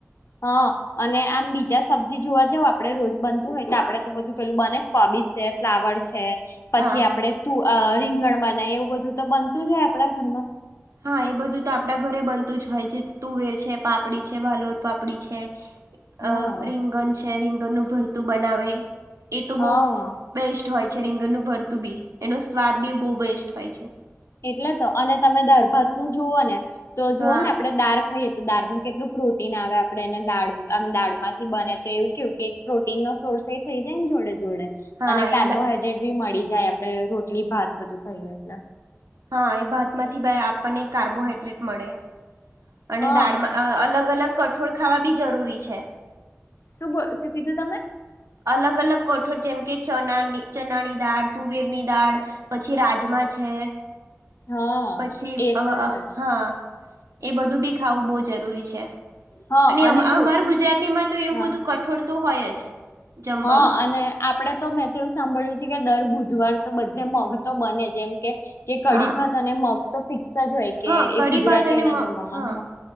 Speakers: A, on the left; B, on the right.
A: હા અને આમ બીજા સબ્જી જોવા જાવ આપણે રોજ બનતું હોય તો આપડે તો બધું પેલું બને જ કોબીસ છે ફ્લાવર છે પછી
B: હા
A: આપણે
B: હા
A: તું રીંગણમાં ના એવું બધું તો બનતું જ આપણા ઘરમાં
B: હા એ બધું તો આપણા ઘરે બનતું જ હોય જે તુવેર છે પાપડી છે વાલોર પાપડી છે
A: હા
B: અ રીંગનણ છે રીંગણનું ભરતું બનાવે એ તો
A: હા
B: બહ બેસ્ટ હોય છે રીંગણનુંદ ભરતું બી એનો સ્વાદ બી બહુ બેસ્ટ હોય છે
A: એટલે તો અને તમે દારભાત નું જુઓ ને તો જુઓ
B: હા
A: ને આપણે ડાર્ક થઈએ તો દાળમાં કેટલું પ્રોટીન આવે આપણે એને દાળ આમ દાળમાંથી બને તો એવું કેવું કે પ્રોટીન નો સોર્સ એ થઈ જાય ને જોડે જોડે
B: હા
A: અને કાર્બોહાઈડ્રેટ
B: એ
A: ભી મળી જાય આપણે રોટલી ભાત બધું ખાય એ એટલે
B: હા એ ભાતમાંથી આપણને કાર્બોહાઈડ્રેટ મળે અને
A: હા
B: દાળમાં અલગ અલગ કઠોળ ખાવા બી જરૂરી છે
A: શુ શું કીધું તમે
B: અલગ અલગ કોઠળ જેમ કે ચનાની ચનાની દાળ તુવેરની દાળ પછી રાજમા છે
A: હા
B: પછી
A: એ તો છે જ
B: હા એ બધું બી ખાવું બહુ જરૂરી છે
A: હા
B: અને
A: કેવું
B: અમાર ગુજરાતીમાં તો એવું
A: હા
B: બધું છોડ તો હોય જ જમવામાં
A: હા અને આપડે તો મેં તો એવું સાંભળ્યું છે કે દર બુધવાર તો બધે મગ તો બને જેમ કે કે કડી
B: હા
A: ભાત અને મગ તો ફિક્સ જ હોય કે
B: હા કઢી
A: એ ગુજરાતીઓના
B: ભાત અને
A: જમવામાં
B: હા